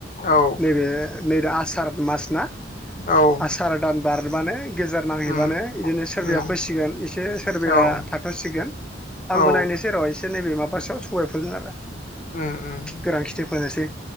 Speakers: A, on the left (about 45°); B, in the centre.
A: औ
B: नैबे नै दा आसार मास ना।
A: औ
B: आसारा दान बारबानो गेजार नांहैबानो
A: उम
B: इदिनो सोरबाया
A: उम
B: फिसिगोन एसे सोरबाया
A: औ
B: होसिगोन आंबो
A: औ
B: नायनैसोर' एसे नैबे माबा साव सबायफोनो आरो।
A: उम उम
B: गोरां खिथि फोनोसै।